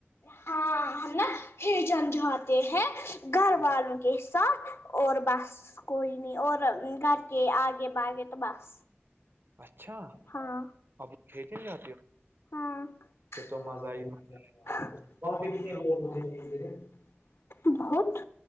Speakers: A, on the left; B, on the right.
A: ہاں ہم نا ہجن جاتے ہیں گھر والوں ساتھ اور بس کوئی نی اور گھر کے آگے باہگے تو بس
B: اچھا
A: ہاں
B: اب کھیلنے نہیں جاتے ہو
A: ہاں اور
B: پھر تو
A: کسے
B: مزہ ہی مت
A: ہے گھر
B: وہاں
A: میں
B: پہ کتنے لوگ
A: سب تیرے بہت